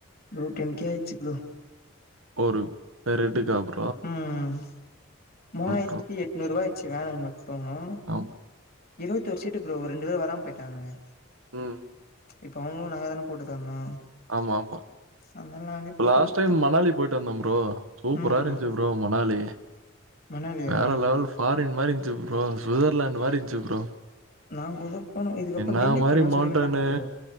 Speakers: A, on the left; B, on the right.
A: ப்ரோ <unintelligible> டென் கே ஆயிச்சு ப்ரோ
B: ஒரு பெரட்டு காப்பு
A: உம் மூவாயிரத்தி
B: ப்ரோ.
A: எட்நூறுவா ஆயிச் ம <unintelligible> ம் ஹ்
B: ஆமா.
A: இருபத்தி ஒரு சீட்டு ப்ரோ ரெண்டு பேரு வராம போயிட்டானுங்க
B: ம்.
A: இப்ப அவங்களுக்கு நாங்க தானே போட்டு தரணு
B: ஆமா ஆமா
A: அதனால நாங்களே போட்டு
B: லாஸ்ட்
A: குடுத்தே
B: டைம் மணாலி போயிட்டு வந்தோம் ப்ரோ சூப்பரா
A: ம்
B: இருந்துச்சு
A: ம்
B: ப்ரோ மணாலி
A: மணாலியா
B: வேற லெவல் ஃபாரின் மாதிரி ப்ரோ சுவிட்சர்லாந்து் மாறி இருந்துச் ப் ரோ
A: நான் கூட போனு இதுக்கப்புறம்
B: என்ன
A: டெல்லி
B: மாதிரி
A: போலான்னு
B: மவுண்டன்
A: சொல்லியிருந்தாங்க ப்ரோ